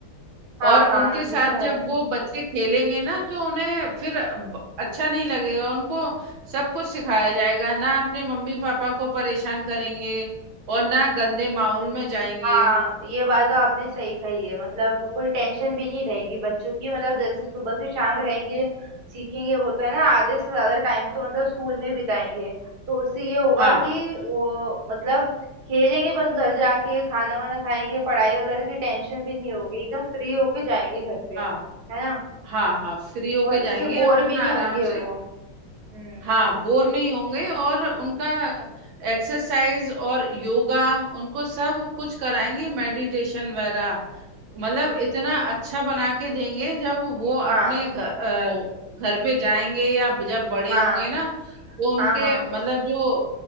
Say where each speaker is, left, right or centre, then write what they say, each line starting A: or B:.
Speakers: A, on the right; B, on the right.
A: हाँ
B: और उनके
A: हाँ
B: साथ
A: ये तो है
B: जब वो बच्चे खेलेंगे ना तो उन्हें फिर ब- अच्छा नहीं लगेगा उनको सब कुछ सिखाया जाएगा ना अपने मम्मी पापा को परेशान करेंगे और ना गंदे माहौल में जाएंगे
A: हाँ ये बात तो आपने सही कही है मतलब वो कोई टेंशन भी नहीं रहेगी बच्चों की मतलब जैसे सुबह से शाम रहेंगे सीखेंगे वो तो है ना आधे से ज्यादा टाइम तो मतलब स्कूल में बिताएंगे तो उससे ये होगा
B: हाँ
A: कि वो मतलब खेलेंगे बस घर जाके खाना वाना खाएंगे पढ़ाई वगैरह की टेंशन भी नहीं होगी एकदम फ्री होके जाएंगे घर पे
B: हाँ
A: है ना
B: हाँ हाँ फ्री होके
A: और
B: जाएंगे
A: इससे बोर
B: अपना
A: भी नहीं
B: आराम
A: होंगे वो
B: से
A: हम्म
B: हाँ बोर नहीं होंगे और उनका एक्सरसाइज और योगा उनको सब कुछ कराएंगे मेडिटेशन वगैरह मतलब इतना अच्छा बना के देंगे जब वो अपने
A: हाँ
B: घ- अ, घर पे जाएंगे या जब बड़े
A: हाँ
B: होंगे ना तो उनके
A: हाँ हाँ
B: मतलब जो